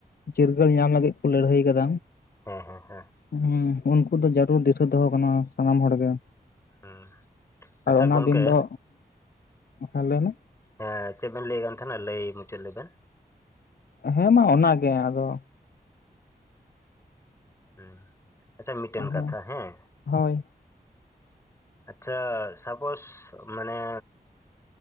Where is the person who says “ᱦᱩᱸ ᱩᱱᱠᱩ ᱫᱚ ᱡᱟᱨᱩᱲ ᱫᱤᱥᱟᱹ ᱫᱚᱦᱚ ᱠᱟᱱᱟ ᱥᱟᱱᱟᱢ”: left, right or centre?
Left